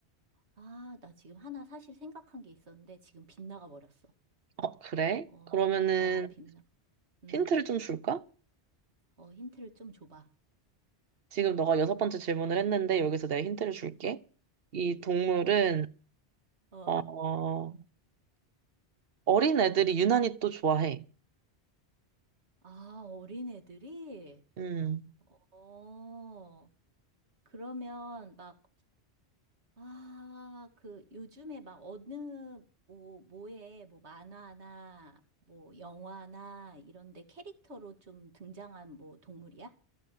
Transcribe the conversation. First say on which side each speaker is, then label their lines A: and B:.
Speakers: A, on the right; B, on the right.
A: 아, 나 지금 하나 사실 생각한 게 있었는데 지금 빗나가 버렸어.
B: 어, 그래?
A: 어,
B: 그러면은
A: 어, 빗나. 음,
B: 힌트를 좀 줄까?
A: 어, 힌트를 좀 줘봐.
B: 지금 너가 여섯 번째 질문을 했는데 여기서 내가 힌트를 줄게. 이 동물은
A: 어.
B: 어, 어린 애들이 유난히 또 좋아해.
A: 아, 어린애들이?
B: 음.
A: 어, 그러면 막, 아, 그 요즘에 막 어느, 뭐, 뭐에, 뭐 만화나, 뭐 영화나 이런데 캐릭터로 좀 등장한 뭐 동물이야?